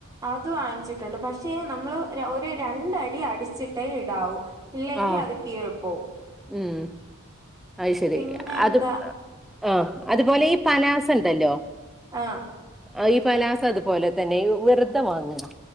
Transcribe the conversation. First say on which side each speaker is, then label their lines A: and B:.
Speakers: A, on the right (about 15°); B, in the centre.
A: അത് വാങ്ങിച്ചിട്ടുണ്ട് പക്ഷേ നമ്മള് ര ഒരു രണ്ടടി അടിച്ചിട്ടേ ഇടാവൂ ഇല്ലെങ്കി
B: ആഹ്
A: അത് കീറിപോവും
B: ഉം ഐശെരി
A: പിന്നെ എന്താ
B: അത് ആഹ് ആഹ് അതുപോലെ ഈ പലാസ ണ്ടല്ലോ
A: ആഹ്
B: ആഹ് ഈ പലാസ അതുപോലെ തന്നെ വെറ്തെ വാങ്ങ്ആ